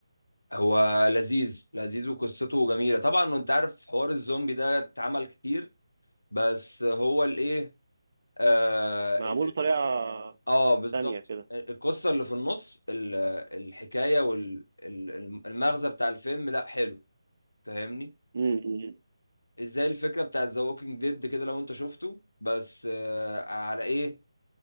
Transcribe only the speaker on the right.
معمول
بطريقه
تانية كده
امم